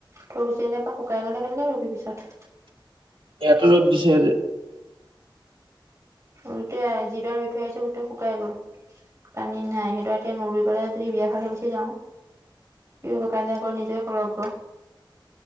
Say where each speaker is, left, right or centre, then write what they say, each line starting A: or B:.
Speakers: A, on the right; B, on the right.
A: থৈ গোচি আহিলে পা শুকাই গলে কেনেকে ৰুবি পিছত?
B: ইয়াতো ৰ'ত দিছে আজি।
A: ৰুতে যি দৰে ৰুই উঠি আহিছিলো গোটেই শুকাই গ'ল। পানী নাই সেইটো এতিয়া নৰুই পেলাই যদি বিয়া খাবলে গুচি যাওঁ। কি হ'ব কাইলে আকৌ নিজে কল লাগিব।